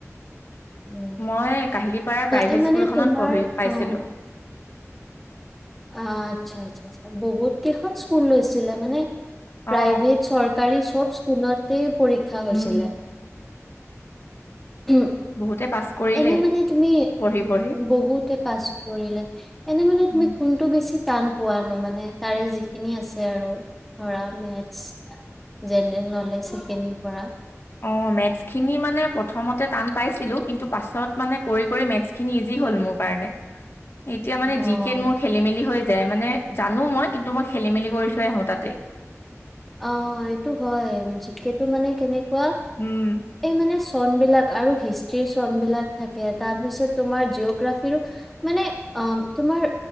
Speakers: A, in the centre; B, on the left.
A: উম,
B: মই কাহিলী পাৰা প্ৰাইভেট
A: এই মানে
B: স্কুলখনত
A: তোমাৰ
B: পঢ়ি পাইছিলো।
A: অ', অঁ, আচ্ছা আচ্ছা আচ্ছা, বহুত কেইখন স্কুল লৈছিলে মানে
B: অ
A: প্ৰাইভেট চৰকাৰী চব স্কুলতেই পৰীক্ষা হৈছিলে।
B: উম
A: উম।
B: বহুতে পাছ কৰিলে
A: এনেই মানে তুমি
B: পঢ়ি পঢ়ি
A: বহুতে পাছ কৰিলে। এনেই মানে তুমি
B: উম
A: কোন কোনটো বেছি টান পোৱা নো মানে তাৰে যিখিনি আছে আৰু ধৰা মেথ্ছ। জেনেৰেল নলেজ সেইখিনিৰ পৰা।
B: অঁ, মেথছ খিনি মানে প্ৰথমতে টান পাইছিলো, কিন্তু পাছত মানে কৰি কৰি মেথছখিনি ইজি হ'ল মোৰ কাৰণে। এতিয়া মানে
A: অ',
B: জি কে মোৰ খেলি মেলি হৈ যায়, মানে জানো মই কিন্তু মই খেলি মেলি কৰি থৈ আহো তাতে।
A: অঁ, এইটো হয় জি কেটো মানে কেনেকুৱা
B: উম।
A: এই মানে চন বিলাক আৰু হিষ্ট্ৰীৰ চন বিলাক থাকে, তাৰ পিছত তোমাৰ জিঅ'গ্ৰাফিৰো মানে, অঁ তোমাৰ